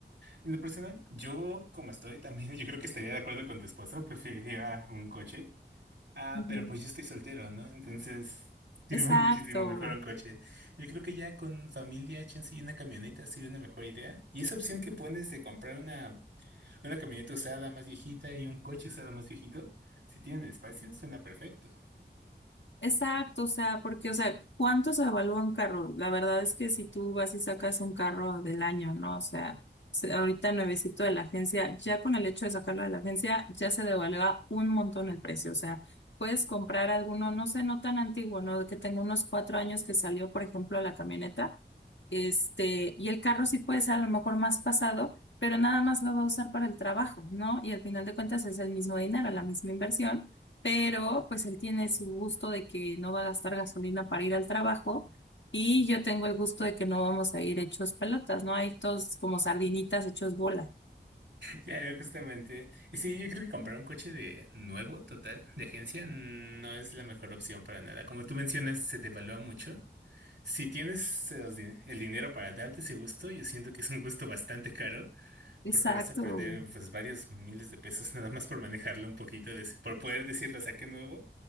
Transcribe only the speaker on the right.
En lo personal, yo como estoy también, <laughs> yo creo que estaría de acuerdo con tu esposo, preferiría un coche. Ah,
pero pues yo estoy soltero, ¿no? Entonces sirve
<laughs> muchísimo mejor un coche. Yo creo que ya con familia, chance y una camioneta sería una mejor idea. Y esa opción que pones de comprar una, una camioneta usada más viejita y un coche usado más viejito, si tienen espacio, suena perfecto. <laughs>
Claro, justamente. Y sí, yo creo que comprar un coche de nuevo, total, de agencia, no es la mejor opción para nada. Como tú mencionas, se devalúa mucho. Si tienes los din- el dinero para darte ese gusto, yo siento que es un gusto bastante caro.
Porque vas a perder pues varios miles de pesos <laughs> nada más por manejarlo un poquito, de- por poder decirlo saque nuevo.